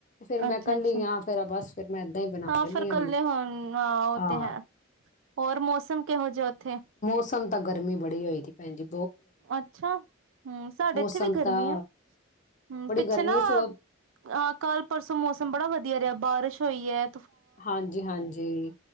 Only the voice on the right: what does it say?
ਅੱਛਾ
ਅੱਛਾ
ਹਾਂ
ਫਿਰ
ਕੱਲੇ ਹੁਣ ਹਾਂ ਉਹ
ਤੇ ਹੈ
ਹੋਰ ਮੌਸਮ ਕਿਹੋ ਜਿਹੈ ਔਥੇ?
ਅੱਛਾ, ਹੂੰ ਸਾਡੇ
ਇੱਥੇ ਵੀ ਗਰਮੀ
ਐ। ਹੂੰ
ਪਿੱਛੇ
ਨਾ
ਅ ਕਲ ਪਰਸੋਂ ਮੌਸਮ ਬੜਾ ਵਧੀਆ ਰਿਹੈ, ਬਾਰਸ਼ ਹੋਈ ਐ।